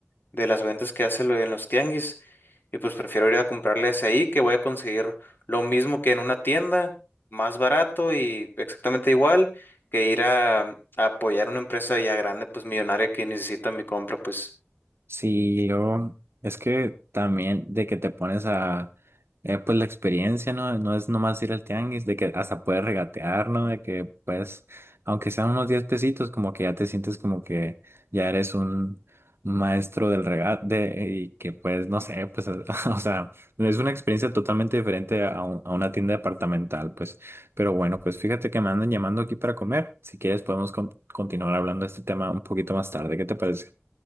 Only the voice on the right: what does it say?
Sí, yo, es que también de que te pones a, eh, pues la experiencia, ¿no? No es nomás ir al tianguis, de que hasta puedes regatear, ¿no? De que pues, aunque sean unos 10 pesitos, como que ya te sientes como que ya eres un maestro del regate y que pues, no sé, pues, <laughs> o sea, es una experiencia totalmente diferente a, un- a una tienda departamental, pues. Pero bueno, pues fíjate que me andan llamando aquí para comer. Si quieres podemos con- continuar hablando de este tema un poquito más tarde. ¿Qué te parece?